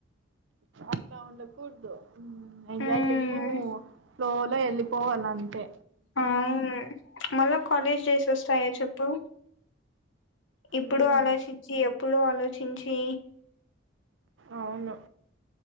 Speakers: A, on the right (about 70°); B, on the left (about 70°).
A: అట్లా ఉండకూడదు ఉమ్మ్ ఎంజాయ్
B: ఉమ్
A: చేస్తూ ఫ్లో లో వెళ్ళి పోవాలంతే
B: అవును మళ్ళ కాలేజ్ డేస్ వస్తాయా చెప్పు ఇప్పుడు
A: ఉమ్,
B: ఆలోచించి ఎప్పుడు ఆలో చించి
A: అవును